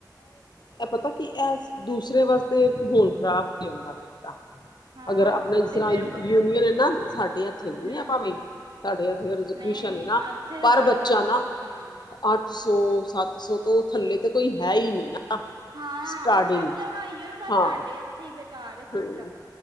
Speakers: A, on the left; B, on the right.
A: ਇਹ ਪਤਾ ਕੀ ਇਹ ਦੂਸਰੇ ਵਾਸਤੇ ਮਾਹੌਲ ਖ਼ਰਾਬ ਹੋ ਜਾਂਦਾ। <unintelligible>
B: ਹਾਂ
A: ਅਗਰ ਆਪਣੇ ਜਿਸ
B: ਤੇ
A: ਤਰ੍ਹਾਂ
B: ਫਿਰ
A: ਯੂਨੀਅਨ ਹੈ ਨਾ ਸਾਡੀ ਕਿੰਨੀਆਂ
B: ਹੂੰ
A: ਭਾਵੇ, ਸਾਡੇ ਇਧਰ ਟਿਯੁਸ਼ਨ
B: ਨਹੀਂ
A: ਨਾ
B: ਇੱਥੇ ਤੇ
A: ਪਰ
B: ਬੜਾ
A: ਬੱਚਾ
B: ਹਿਸਾਬ
A: ਨਾ
B: ਖ਼ਰਾਬ ਹੈ
A: ਅੱਠ ਸੌ, ਸੱਤ ਸੌ ਤੋਂ ਉਹ ਥੱਲੇ ਤਾਂ ਕੋਈ ਹੈ ਹੀ ਨਹੀਂ ਨਾ ਨਾ
B: ਹਾਂ
A: ਸਟਾਰਟਿੰਗ
B: ਸਭ ਜਗ੍ਹਾ ਇਓ ਬਸ
A: ਹਾਂ।
B: ਸਾਡੇ ਇੱਥੇ ਹੀ ਬੇਕਾਰ ਸਿਸਟਮ
A: ਹੂੰ